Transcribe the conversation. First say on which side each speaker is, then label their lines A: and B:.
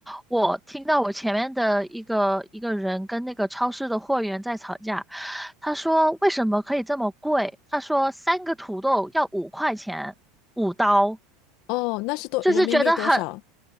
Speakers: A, in the centre; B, on the left.
A: 我听到我前面的一个一个人跟那个超市的货员在吵架。他说为什么可以这么贵？他说三个土豆要五块钱，五刀，
B: 哦，那是多人民币多少？
A: 就是觉得很，